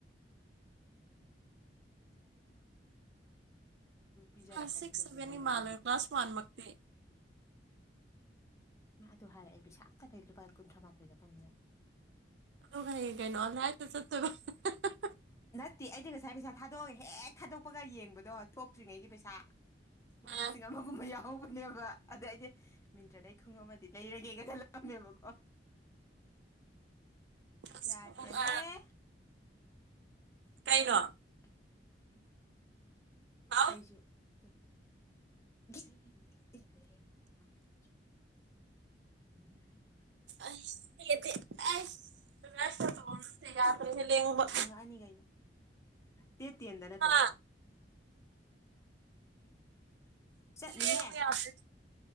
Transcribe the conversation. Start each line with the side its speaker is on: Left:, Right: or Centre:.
Left: <inaudible> ꯄꯤꯖꯔꯛꯀꯅꯤ
Right: ꯀ꯭ꯂꯥꯁ ꯁꯤꯛꯁ
Left: ꯑꯗꯨꯕꯨꯗꯤ
Right: ꯁꯚꯦꯟꯒꯤ
Left: ꯃꯣꯏ ꯃꯃꯥꯅ
Right: ꯃꯥꯜꯂꯨꯔꯦ ꯀ꯭ꯂꯥꯁ ꯋꯥꯟ ꯃꯛꯇꯤ
Left: ꯃꯥ ꯑꯗꯨ ꯍꯥꯏꯔꯒꯥ ꯑꯩ ꯄꯩꯁꯥ ꯑꯝꯇ ꯂꯩ ꯂꯨꯄꯥ ꯀꯨꯟꯊ꯭ꯔꯥ ꯃꯥꯊꯣꯏ ꯈꯛꯇꯪ ꯂꯩ
Right: ꯑꯗꯨꯒ ꯍꯌꯦꯡ ꯀꯩꯅꯣ ꯑꯥꯜꯂꯥ ꯍꯥꯏꯠꯇ ꯆꯠꯇꯣꯏꯔꯣ ꯍꯥ ꯍꯥ
Left: ꯅꯠꯇꯦ ꯑꯩꯗꯤ ꯉꯁꯥꯏ ꯄꯩꯁꯥ ꯊꯥꯗꯣꯛꯑ ꯍꯦꯛ ꯊꯥꯗꯣꯛꯄꯒ ꯌꯦꯡꯕꯗꯣ ꯊꯣꯛꯇ꯭ꯔꯤꯉꯩꯒꯤ ꯄꯩꯁꯥ ꯅꯨꯨꯄꯥ
Right: ꯑ
Left: ꯂꯤꯁꯤꯡ ꯑꯃꯒꯨꯝꯃ ꯌꯥꯎꯕ ꯅꯦꯕ ꯑꯗ ꯑꯩꯗꯤ ꯃꯤꯟꯇ꯭ꯔꯗꯩ ꯈꯨꯡꯎꯞ ꯑꯃꯗꯤ ꯂꯩꯔꯒꯦꯒꯥ ꯈꯂꯝꯃꯦꯕꯀꯣ
Right: ꯑꯁ
Left: ꯌꯥꯗ꯭ꯔꯦꯍꯦ
Right: ꯈꯨꯃꯨꯛ ꯑ ꯀꯩꯅꯣ
Left: <inaudible>
Right: ꯍꯥꯎ
Left: ꯑꯩꯁꯨ ꯇꯨ ꯒ꯭ꯔꯤ <unintelligible> ꯎꯝ <unintelligible>
Right: ꯑꯩꯁ ꯇꯦꯛ ꯑꯦ ꯇꯦꯛ ꯑꯩꯁ ꯑꯗꯨꯃꯥꯏ ꯈ ꯇꯧꯑꯣꯃꯦ ꯑꯝꯇ ꯌꯥꯗ꯭ꯔꯦꯍꯦ ꯂꯦꯡꯕ
Left: ꯐꯪꯉꯛꯑꯅꯤ ꯀꯩꯅꯣ ꯗꯦꯠ ꯇꯦꯟꯗ ꯅꯠꯇ꯭ꯔꯣ
Right: ꯍꯥ
Left: ꯆꯠꯅꯤꯍꯦ
Right: ꯂꯦꯡꯕ ꯌꯗ꯭ꯔꯦ